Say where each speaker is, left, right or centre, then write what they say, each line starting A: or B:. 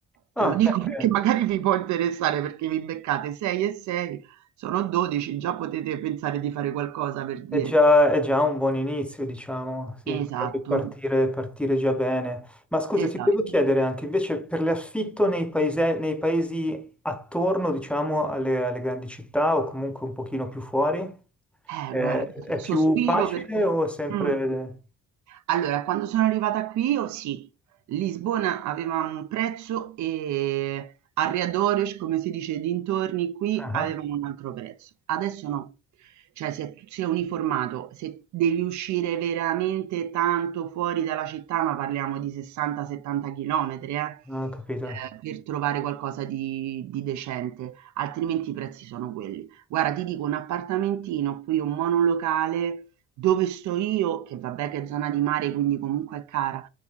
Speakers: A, in the centre; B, on the right.
A: Ah,
B: Te lo dico
A: beh,
B: perché magari vi può interessare perché vi beccate 6 e 6, sono 12, già potete pensare di fare qualcosa per
A: È
B: dire.
A: già, è già un buon inizio, diciamo, sì,
B: Esatto,
A: potrebbe partire, partire già bene. Ma scusa,
B: esatto.
A: ti volevo chiedere anche invece per l'affitto nei paese- nei paesi attorno, diciamo, alle, alle grandi città o comunque un pochino più fuori,
B: Eh,
A: eh,
B: guarda,
A: è
B: sospiro
A: più facile
B: perché
A: o è sempre...
B: mh. Allora, quando sono arrivata qui, oh sì, Lisbona aveva un prezzo e Arredores, come si dice, dintorni qui
A: Ah,
B: avevano un altro prezzo. Adesso no, cioè si è, si è uniformato. Se devi uscire veramente tanto fuori dalla città, ma parliamo di 60-70 chilometri, eh,
A: ah, ah, capito,
B: eh, per trovare qualcosa di, di decente, altrimenti i prezzi sono quelli. Guarda, ti dico un appartamentino qui, un monolocale dove sto io, che vabbè che è zona di mare, quindi comunque è cara,